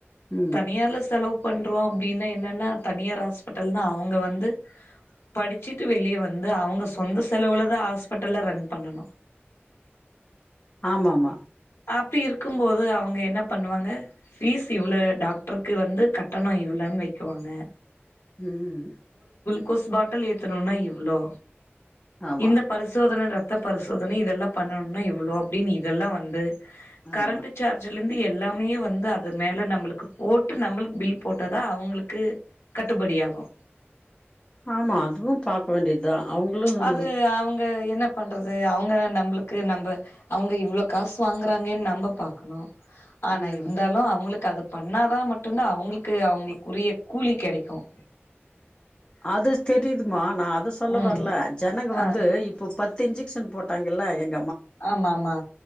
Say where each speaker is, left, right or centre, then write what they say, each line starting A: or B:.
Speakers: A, on the left (about 25°); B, on the left (about 85°).
A: ம்
B: தனியார்ல செலவு பண்றோ அப்டின்னா என்னன்னா தனியார் ஹாஸ்பிட்டல்னா அவுங்க வந்து படிச்சுட்டு வெளிய வந்து அவுங்க சொந்த செலவுலதா ஹாஸ் பட்டல்ல ரன் பண்ணனு
A: ஆமாமா
B: அப்டி இருக்கும்போது அவுங்க என்ன பண்ணுவாங்க ஃபீஸ் இவ்ள டாக்டருக்கு வந்து கட்டண இவ்ளன் வைக்குவாங்க
A: ம் ம்
B: கோஸ் பாட்டல் ஏத்தனுன்னா இவ்ளோ
A: ஆமா
B: இந்த பரிசோதன ரத் த பரிசோதனை இதெல்லா பண்ணனுன்னா இவ்ளோ அப்டின் இதெல்லா வந்து கரண்ட்டு
A: ஆமா
B: சார்ஜு லெந்து எல்லாமே வந்து அது மேல நம்மளுக்கு போட்டு நம்மளுக் பில் போட்டதா அவுங்களுக்கு கட்டுபடியாகு
A: ஆமா அதுவும் பாக்க வேண்டியது தான் அவுங்களும்
B: அது அவங்க என்ன பண்றது அவுங்க நம்மளுக்கு நம்ப அவுங்க இவ்ளோ காசு வாங்குறாங்கனு நம்ம பாக்கணும் ஆனா
A: ம்
B: இருந்தாலும் அவுங்களுக் அது பண்ணாதான் மட்டும்தான் அவுங்களுக்கு அவுங்களுக்குரிய கூலி கிடைக்கும்
A: அது தெரியுதுமா நா அத சொல்ல
B: ம்
A: வரல ஜனங்க வந்து
B: ஆ
A: இப்போ பத் இன்ஜெக்ஷன் போட்டாங்கல்ல எங்
B: ஆமா ஆமா